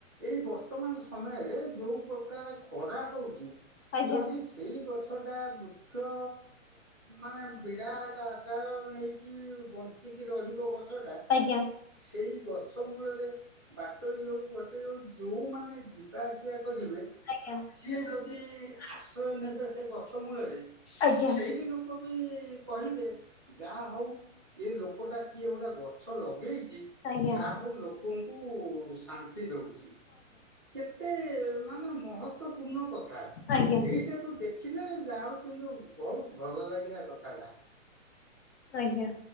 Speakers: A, on the right; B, on the left.
A: ଏଇ ବର୍ତ୍ତମାନ ସମୟରେ ଯୋଉ ପ୍ରକାର ଖରା ହେଉଛି
B: ଆଜ୍ଞା
A: ଯଦି ଶୀ ଏଇ ଗଛଟା ବୃକ୍ଷ ମାନେ
B: ଆଜ୍ଞା
A: ବିରାଟ ଆକାର ନେଇକି କି ବଞ୍ଚିକି ରହିବ ଗଛଟା
B: ଆଜ୍ଞା
A: ସେଇ ଗଛ ମୂଳରେ ବାଟୋଇ ହଉ ବଟେଇ ହଉ ଯୋଉମାନେ ଯିବା ଆସିବା କରିବେ
B: ଆଜ୍ଞା।
A: ସିଏ ଯଦି
B: ଆଜ୍ଞା।
A: ଆଶ୍ରୟ ନେବେ ସେ ଗଛ ମୂଳରେ
B: ଆଜ୍ଞା
A: ସେଇ ଲୋକ ବି କହିବେ ଯାହା ହଉ ଏ ଲୋକଟା କିଏ ଗୋଟେ ଗଛ ଲଗେଇଚି
B: ଆଜ୍ଞା।
A: ଯାହା ହଉ ଲୋକଙ୍କୁ ଶାନ୍ତି ଦଉଚି। କେତେ ମାନେ ମହତପୂର୍ଣ୍ଣ କଥା
B: ଆଜ୍ଞା।
A: ଏଇଟାକୁ ଦେଖ ଖିଲେ ଯା ହଉ କିନ୍ତୁ ବହୁତ ଭଲ ଲାଗିଲା କଥାଟା।
B: ଆଜ୍ଞା।